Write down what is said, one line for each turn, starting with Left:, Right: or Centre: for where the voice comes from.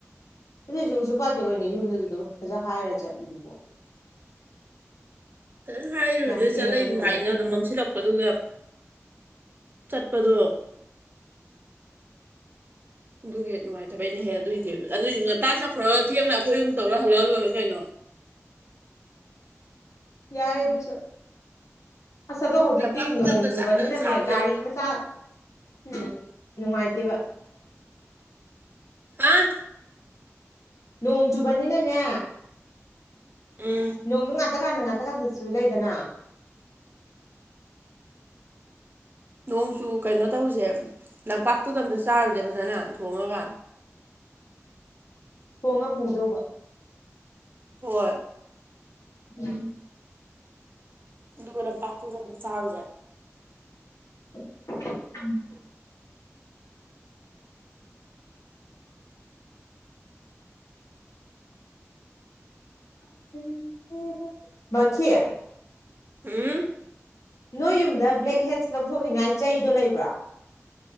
Left: ꯎꯝ ꯑꯗꯨꯏꯖꯨ ꯀꯩꯁꯨ ꯀꯥꯏꯗꯦ ꯀꯩꯅꯣ ꯌꯨꯝꯗꯖꯨ ꯐꯖꯅ ꯍꯥꯏꯔ ꯆꯠꯂꯤꯗꯨꯕꯣ
Right: ꯐꯖꯅ ꯍꯥꯏꯔꯒ
Left: ꯌꯥꯝ ꯊꯦꯡꯕꯁꯨ
Right: ꯆꯠꯂꯛꯏ ꯂꯥꯛꯏꯅ
Left: ꯑꯣꯏꯔꯣꯏ
Right: ꯑꯗꯨꯝ ꯃꯝꯁꯤꯜꯂꯛꯄꯗꯨꯗ ꯆꯠꯄꯗꯣ ꯑꯗꯨꯒꯤ ꯅꯨꯡꯉꯥꯏ ꯕꯩꯅꯦꯍꯦ ꯑꯗꯨꯏꯗꯤ ꯉꯟꯇꯥ ꯆꯠꯈ꯭ꯔꯥꯒ ꯊꯦꯡꯅ ꯑꯩꯈꯣꯏ ꯑꯍꯨꯝ ꯇꯧꯔ ꯍꯜꯂꯛꯑ ꯂꯣꯏꯔꯦ ꯀꯩꯅꯣ
Left: ꯌꯥꯏ ꯑꯗꯨ ꯁꯨ ꯑꯁ ꯑꯗꯣ ꯍꯧꯖꯤꯛꯇꯤ
Right: ꯂꯝꯄꯥꯛꯇꯨꯗ
Left: ꯅꯣꯡ
Right: ꯑꯝꯇ
Left: ꯆꯨꯕꯅꯤꯅꯅꯦ
Right: ꯆꯥꯛ ꯐꯖꯅ ꯆꯥꯔꯨꯁꯦ
Left: ꯒꯥꯔꯤ ꯃꯆꯥ ꯎꯝ ꯅꯨꯡꯉꯥꯏꯇꯦꯕ
Right: ꯑꯥ
Left: ꯅꯣꯡ ꯆꯨꯕꯅꯤꯅꯅꯦ
Right: ꯎꯝ
Left: ꯅꯣꯡꯗ ꯉꯥꯛꯇꯀꯥꯟꯗ ꯉꯥꯛꯇ <unintelligible> ꯂꯩꯗꯅ
Right: ꯅꯣꯡꯆꯨ ꯀꯩꯅꯣ ꯇꯧꯖꯦ ꯂꯝꯄꯥꯛꯇꯨꯗ ꯑꯝꯇ ꯆꯥꯔꯨꯖꯦ ꯐꯖꯅ ꯊꯣꯡꯉꯒ
Left: ꯊꯣꯡꯉ ꯄꯨꯗꯧꯕ
Right: ꯍꯣꯏ
Left: ꯎꯝ
Right: ꯑꯗꯨꯒ ꯂꯝꯄꯥꯛꯗꯨꯗ ꯑꯝꯇ ꯆꯥꯔꯨꯖꯦ
Left: <unintelligible> <unintelligible>
Right: ꯍꯨꯝ
Left: ꯅꯣꯏ ꯌꯨꯝꯗ ꯕ꯭ꯂꯦꯛꯍꯦꯠꯁ ꯂꯧꯊꯣꯛꯅꯤꯡꯉꯥꯏ ꯆꯩꯗꯣ ꯂꯩꯕ꯭ꯔꯣ